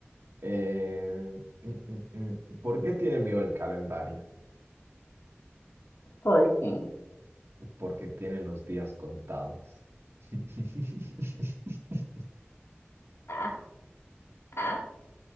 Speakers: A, on the right (about 80°); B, on the left (about 75°).
A: Eh, mm, mm, mm. ¿Por qué tiene miedo el calendario?
B: ¿Por qué?
A: Porque tiene los días contados. <laughs>
B: Ah, ah.